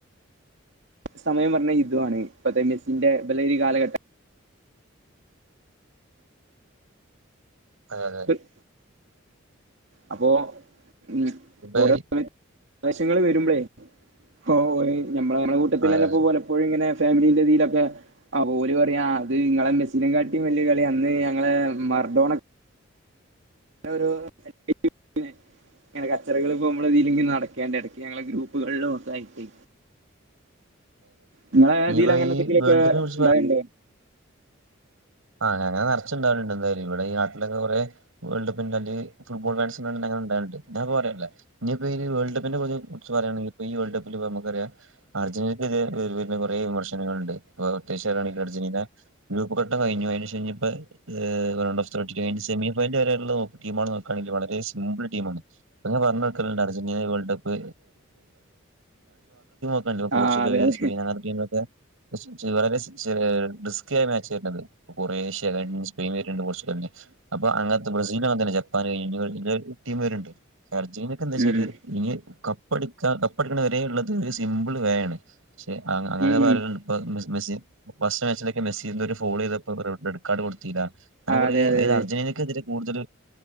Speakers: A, on the right; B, on the right.
A: സമയം പറഞ്ഞ ഇതുമാണ് ഇപ്പൊ ത മെസ്സിന്റെ ബലൊരു കാലഘട്ടം
B: അതെ
A: ഉ അപ്പോ ഉ
B: ഇപ്പൊ
A: കുറ
B: ഈ
A: സമയത്ത് ആവശ്യങ്ങള് വരുമ്പോളേ ഓ നമ്മള നമ്മെ കൂട്ടത്തിൽ
B: അതെ
A: തന്നെ
B: അതെ
A: പോലെ എപ്പോഴ ഇങ്ങനെ ഫാമിലിന്റെതിയിലൊക്കെ ആ പോല പറയാ അത് നിങ്ങളെ മെസ്സിന കാട്ടിലും വലിയ കളി അന്ന് ഞങ്ങളെ മർഡോണാ <unintelligible> ഇങ്ങനെ കച്ചറികൾ ഇ നമ്മള് ഇതിലെും നടക്കണ്ട ഇടക്കക്ക് ഞങ്ങെ ഗ്രൂപ്പുകളിലും ഒക്കെ ആയിട്ട് നിങ്ങളെ
B: ഇനിയിപ്പോ
A: തില് അങ്ങനെ
B: ഈ
A: എന്തെങ്കിലുംക്കെ
B: വേൾഡ് കപ്പിനെ കുറിച്ച്
A: ഉണ്ടാവലുണ്ടോ
B: ആഹ അങ്ങനെ നിറച്ചുണ്ടാവുണ്ട് എന്തായാല ഇടെ ഈ നാട്ടിലൊക്കെ കുറെ വേൾഡ് കപ്പിന്റെ അലെല് ഫുട്ബോൾ ഫാൻസ് അനെ ഇണ്ടാവല്ണ്ട് ഞാപ്പം പറയാംല്ലേ ഇനിയിപ്പ ഈ വേൾഡ് കപ്പിനെ കുറിച്ച് പറയാണങ്കിൽ ഇ ഈ വേൾ് കപ്പ് ല് നമുക്കറിയാം അർജന്റീനക്ക് ഇതി വരുന്ന കുറെ വിമർശനങ്ങളുണ്ട് അപ്പോ അത്യാവശ്യ വരാണെങ്കിൽ അർജന്റീന ഗ്രൂപ്പ ഇ കഴിഞ്ഞു കഴിഞ്ഞ ശേഷം കഴിഞ്ഞപ്പ റണ്ട് ഓഫ് കഴി സെമിനൽ വരെയുള്ള ടീണ് നോക്കുകണെങ്കിൽ വളരെ സിമ്പിൾ ടീമാണ് അപ്പ ഞാ പറഞ്ഞു വക്ക ലണ്ട് അർജന്റീന വേൾഡ് കപ്പ്‌ <unintelligible> പോർച്ചുഗല്
A: ആഹ് അതെ അതെ
B: സ്പെയിൻ അങ്ങനത്തെ ടീമൊക്ക വളരെ റിസ്കിയ മാച്ച് ആയിരന്നത് കൊറേ ഷ്യ സ്പെയിന വരണണ്ട് പോർച്ചഗലെ അപ്പൊ അങ്ങനത്തെ ബ്രസീൽ അങ്ങനന്നെ ജപ്പാന് കഴഞ്ഞ ടീം പവരണ് ണ്ട് അർജ എന്താ വെച്ചാല്
A: ഉം ഉം
B: ഇനി കപ്പടുക്കാ കപ്പടുക്കണ വരെഉള്ളത് ഒരു സിംമ്പിൾ വേയണ് പക്ഷെ അങ്ങനെ
A: ഉം
B: പറയണ്ട്
A: ഉം
B: മെ സി ഫസ്റ്റ് മാച്ചിലൊക്കെ മെസ്സി ഒരു ഫോളോ ചെയ്ത റെഡ് കാർഡ് കൊടുത്തില്ല അങ്ങെ
A: ആഹ്
B: കുറതായ
A: അതെ അതെ അതെ
B: അർന്റനക്കെതിരെ കൂടുതൽ